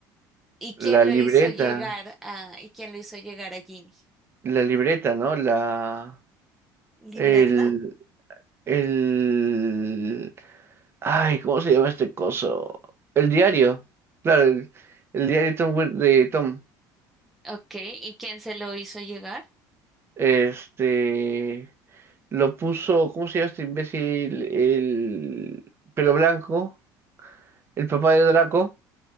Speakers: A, in the centre; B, on the right (about 30°).
A: ¿Y quién
B: la
A: lo
B: libreta,
A: hizo llegar a, y quién lo hizo llegar a Ginny?
B: la libreta, ¿no? La,
A: ¿Libreta?
B: el, el, ay, ¿cómo se llama este coso? El diario, claro, el, el diario de Tom Wil- de Tom.
A: Ok, ¿y quién se lo hizo llegar?
B: Este, lo puso, ¿cómo se llama este imbécil? El pelo blanco, el papá de Draco,